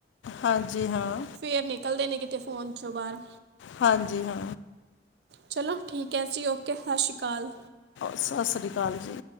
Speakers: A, on the left; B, on the right.
A: ਹਾਂਜੀ ਹਾਂ
B: ਫਿਰ ਨਿਕਲਦੇ ਨੇ ਕਿਤੇ ਫੋਨ ਚੋਂ ਬਾਹਰ
A: ਹਾਂਜੀ ਹਾਂ
B: ਚਲੋ ਠੀਕ ਹੈ ਜੀ ਓਕੇ ਸਤਿ ਸ਼੍ਰੀ ਅਕਾਲ
A: ਸਤਿ ਸ਼੍ਰੀ ਅਕਾਲ ਜੀ